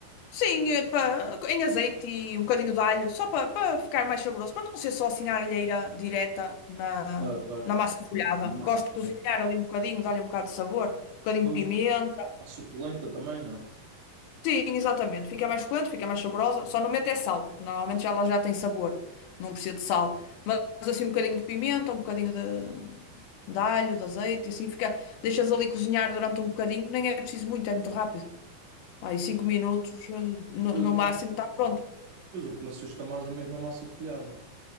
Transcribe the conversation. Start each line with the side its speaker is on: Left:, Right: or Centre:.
Left: Sim, eh, pá, em azeite e um bocadinho de alho, só para ficar mais saboroso, para não ser só assim a alheira direta na,
Right: Ok.
Left: na massa folhada.
Right: Uma Massa
Left: Gosto
Right: folhada.
Left: de cozinhar ali um bocadinho, dar-lhe um bocado de sabor, um bocadinho
Right: Depois
Left: de pimenta.
Right: a suculenta também, não?
Left: Sim, exatamente. Fica mais suculento, fica mais saborosa. Só não mete é sal, porque normalmente já ela já tem sabor, não precisa de sal. Mas assim um bocadinho de pimenta, um bocadinho de, de alho, de azeite, e assim fica. Deixas ali cozinhar durante um bocadinho, nem é preciso muito, é muito rápido. Aí cinco minutos, eh, no,
Right: Depois
Left: no
Right: a
Left: máximo,
Right: massa.
Left: está pronto.
Right: Depois o que me assusta mais é mesmo a massa folhada.